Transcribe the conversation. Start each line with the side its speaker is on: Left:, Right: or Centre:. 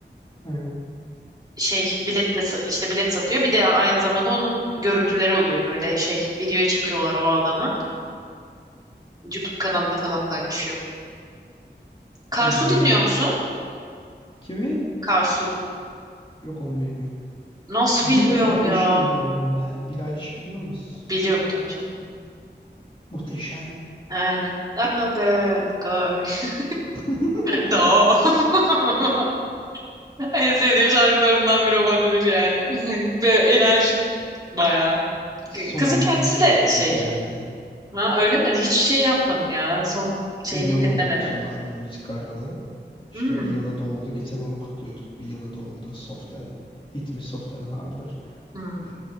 Left: He,
Right: Şey biletle sa- işte bilet satıyor. Bir de aynı zamanda onun görüntüleri oluyor. Böyle şey videoya çekiyorlar o alanı. YouTube kanalında falan paylaşıyor. Karsu
Left: bildim
Right: dinliyor
Left: bildim
Right: musun?
Left: onu. Kimi?
Right: Karsu.
Left: Yok onu bilmiyorum.
Right: Nasıl
Left: Billie
Right: bilmiyorum
Left: Eilish
Right: ya?
Left: dinliyorum ben. Billie Eilish biliyor musun?
Right: Biliyorum tabii canım.
Left: Muhteşem.
Right: Aynen. I'm a bad girl. <laughs>
Left: <laughs>
Right: Da. <laughs> En sevdiğim şarkılarından biri olabilir yani. <laughs> Ve enerjik bayağı.
Left: Son
Right: K- Kızın
Left: albümü
Right: kendisi
Left: çok
Right: de şey.
Left: güzeldi.
Right: Ha, öyle mi? Hiç şey yapmadım ya. Son şeyini
Left: Bir yılı
Right: dinlemedim.
Left: oldu son albümü çıkaralı. İşte
Right: Hmm.
Left: bir yılı doldu. Geçen onu kutluyorduk. Bir yılı doldu. Soft and, Hit Me Soft and Harder
Right: Hmm.
Left: e,